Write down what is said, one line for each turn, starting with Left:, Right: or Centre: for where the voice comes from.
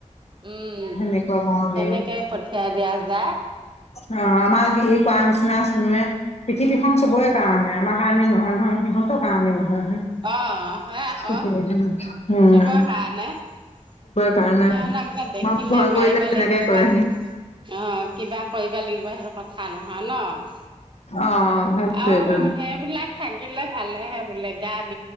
Right: উম
Left: সেনেকুৱা কওঁ
Right: তেনেকে
Left: গে,
Right: পঠিয়াই দিয়া যায়।
Left: অ আমাক কোৱা নিচিনা শুনোৱে পৃথিৱীখন চবৰে কাৰণে কাৰণে নহয় নহয় সিহঁতৰ কাৰণেও হয়
Right: অ' হয় আকৌ,
Left: চবৰ
Right: চবৰ কাৰণে <unintelligible>
Left: কাৰণে
Right: দেখিলে
Left: মই ভয় কৰিলে
Right: মাৰিবা
Left: তেনেকে
Right: লাগিব
Left: কৰে।
Right: বা, অ'! কিবা কৰিব লাগিব, সেইটো কথা নহয় ন।
Left: অ' সেইটোৱেটো।
Right: আৰু সেইবিলাক থাকিলে ভালেহে বোলে, গা